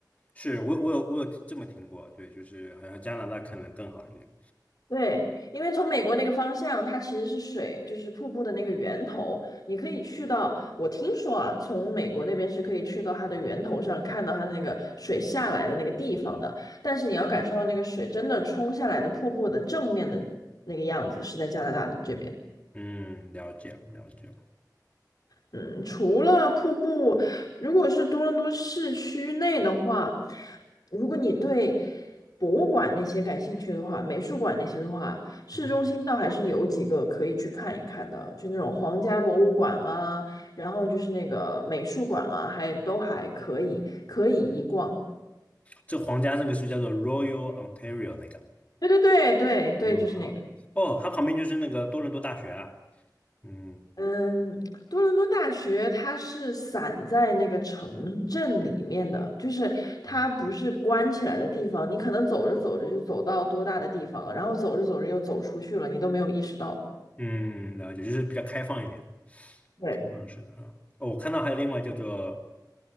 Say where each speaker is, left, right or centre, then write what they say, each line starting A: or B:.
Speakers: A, on the left (about 20°); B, on the left (about 60°).
A: 是我我有我有这么听过，对，就是好像加拿大可能更好一点。
B: 对，因为从美国那个方向，它其实是水，就是瀑布的那个源头。你可以去到，我听说啊，从美国那边是可以去到它的源头上，看到它的那个水下来的那个地方的。但是你要感受到那个水真的冲下来的瀑布的正面的那个样子，是在加拿大的这边。
A: 嗯，了解了解。
B: 嗯，除了瀑布，如果是多伦多市区内的话，如果你对博物馆那些感兴趣的话，美术馆那些的话，市中心倒还是有几个可以去看一看的，
A: 嗯，
B: 就那种皇家博物馆啊，然后就是那个美术馆啊，还都还可以，可以一逛。
A: 这皇家那个是叫做 Royal Ontario 那个。
B: 对对对对对，
A: 嗯，
B: 就是那个。
A: 好。哦，它旁边就是那个多伦多大学啊。嗯
B: 嗯，多伦多大学它是散在那个城镇里面的，就是它不是关起来的地方，
A: 嗯，
B: 你可能走着走着就走到多大的地方了，然后走着走着又走出去了，你都没有意识到。
A: 嗯了解，就是比较开放一点，
B: 对
A: 开放式的啊。哦，我看到还有另外叫做